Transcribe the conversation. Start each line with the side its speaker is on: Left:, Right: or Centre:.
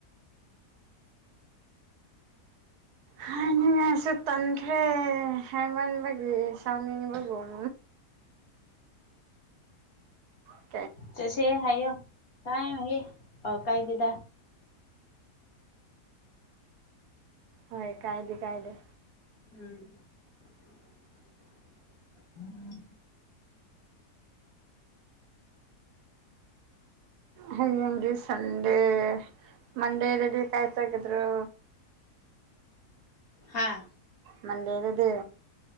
Right: ꯍꯥꯏ ꯅꯁꯨ ꯇꯟꯈ꯭ꯔꯦ ꯍꯥꯏꯩꯃꯟꯕꯒꯤ ꯁꯥꯎꯅꯤꯡꯕꯒꯨꯝ ꯝ
Left: ꯆꯠꯁꯦ ꯍꯥꯏꯌꯣ ꯇꯥꯏꯃꯌꯦꯦ ꯑꯣ ꯀꯥꯏꯗꯦꯗ
Right: ꯍꯣꯏ ꯀꯥꯏꯗꯦ ꯀꯥꯏꯗꯦ
Left: ꯎꯝꯝ
Right: ꯍꯌꯦꯡꯔꯤ ꯁꯟꯗꯦ ꯃꯗꯦ ꯔꯦꯗꯤ ꯀꯥꯏ ꯇꯒꯗ꯭ꯔꯣ
Left: ꯍꯥꯥ
Right: ꯃꯟꯗꯦꯗꯗ